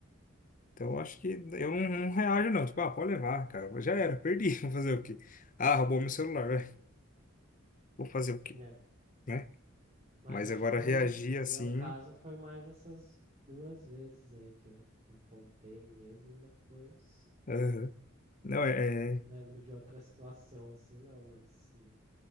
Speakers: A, on the left (about 40°); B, on the right (about 35°).
A: Então,
B: sim.
A: eu acho que eu não, não reajo, não. Tipo, ah, pode levar, cara. Já era, perdi. <laughs> Vou fazer o quê? Ah, roubou meu celular, <laughs> vai. Vou fazer o quê?
B: É,
A: Né?
B: mas
A: Mas
B: acho
A: agora
B: que foi,
A: reagir
B: no
A: assim.
B: meu caso, foi mais essas duas vezes aí que eu, que eu contei mesmo depois.
A: aham. Não,
B: Hum,
A: é, é-
B: lembro de outra situação assim, não, mas não,